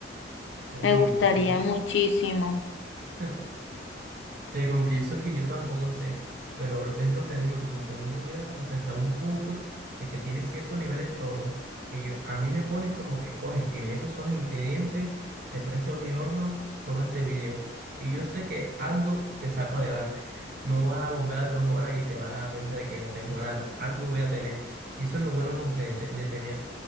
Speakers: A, on the right; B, on the left.
A: Uy,
B: Me gustaría
A: bueno.
B: muchísimo.
A: <laughs> Te confieso que yo tampoco sé, pero es lo que digo, como que uno llega como que hasta un punto de que tiene cierto nivel en todo, que yo, a mí me pone como que coge, Steven, estos son los ingredientes, te presto mi horno, toma este video. Y yo sé que algo te saco adelante. No vas a volver a las dos horas y te vas a dar cuenta de que no tengo nada, algo voy a tener. Y eso es lo bueno como que de, de tener